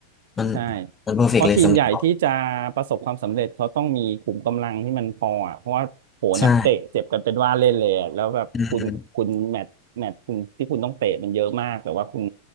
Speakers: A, on the left; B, on the right.
A: มัน
B: ใช่
A: มันเพอร์เฟกต์เลยสำหรับเขา
B: เพราะทีมใหญ่ที่จะประสบความสำเร็จเขาต้องมีขุมกำลังที่มันพออ่ะเพราะว่าโหนักเตะเจ็บกันเป็นว่าเล่นเลยอะแล้วแบบคุณคุณแมตช์แมตช์คุณที่คุณต้องเตะมันเยอะมากแต่ว่าคุณ
A: ใช่อืม